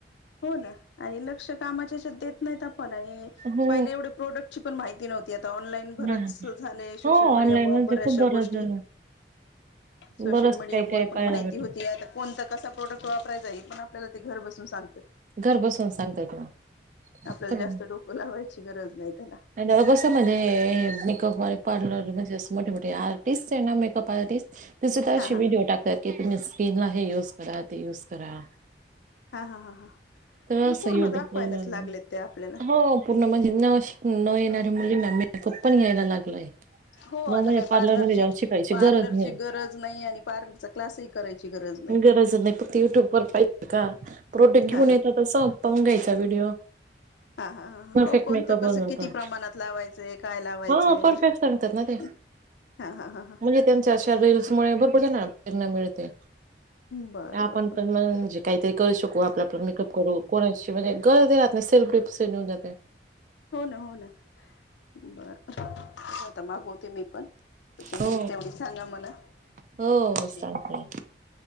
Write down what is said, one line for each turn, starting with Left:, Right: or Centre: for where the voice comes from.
Left: हो ना आणि लक्ष. कामाची शेत नाहीतप आणि
Right: हो.
Left: पहिले एवढं प्रोडण पण माहि्ती नव्हती ऑनलाईन. बरचस
Right: नाही.
Left: झालय सोशल
Right: हो ऑनलाईन
Left: मीडिया मुळ
Right: म्हणजे
Left: बऱ्याचशा
Right: खूप बरंच
Left: गोष्टी. सोशल
Right: बरंच
Left: मीडिया
Right: काही
Left: मुळ
Right: काही
Left: पण
Right: पाहायला
Left: माहिती
Right: भेटलं.
Left: होती आता कोणता कसा प्रोडक्ट वापरायचा आहे पण आपल्याला ते घर बसून ''--'' सांगत्यात
Right: घर बसून सांगतात ना.
Left: आपल्याला
Right: तर
Left: जास्त डोकं लावायची गरज नाही त्याला.
Right: आणि कसं म्हणजे मेकअप वाले पार्लर म्हणजे अस मोठे मोठे आर्टिस्ट आहे ना मेकअप आर्टिस्ट. ते सुद्धा असे
Left: हा हा
Right: विडओ टाकतात की तुम्ही स्किन ला हे युज करा ते युज करा.
Left: हा हा हा हा, म्हणजे
Right: तर असं
Left: पूर्ण
Right: युट्यूब
Left: दाखवायलाच लागले ते आपल्याला.
Right: हो पूर्ण म्हणजे न शिक न येणाऱ्या मुलींना मेकअप पण घ्यायला लागलाय.
Left: हो आता
Right: न म्हणजे
Left: काही
Right: पार्लरमध्ये
Left: पार्लरची
Right: जाऊन शिकायची
Left: पार्लरची
Right: गरज नाही
Left: गरज नाही आणि पार्लरच. क्लासही करायची गरज नाही.
Right: खरंच नाही फक्त युट्यब. र पाहिजे का प्रोडक्ट
Left: हा
Right: घेऊन
Left: हा
Right: येत तर संपवून घ्यायचा व्हिडिओ.
Left: हा हा
Right: परफेक्ट
Left: हो, कोणतं
Right: मेकअप
Left: कसं
Right: होऊन जातो
Left: किती प्रमाणात लावायचंय काय लावायचें
Right: हा परफेक्ट
Left: हम.
Right: सांगतात ना ते
Left: हा हा हा हा,
Right: म्हणजे त्यांच्या अशा रील्स मुळे भरपूर ज प्रेरणा मिळते
Left: बर बर
Right: आपण
Left: बर
Right: पण म्हणजे. काहीतरी करू शकू आपल्या आपला मेकअप करू कोणाची म्हणजे गरज राह नाही सेल्फ ग्रुप सऊन जाते.
Left: हो ना हो ना बर बर बर. आता मागवते मी पण त्याची
Right: हो
Left: लिंक तेवढी सांगा मला.
Right: हो
Left: कशी
Right: सांगते
Left: आहे काय आहे.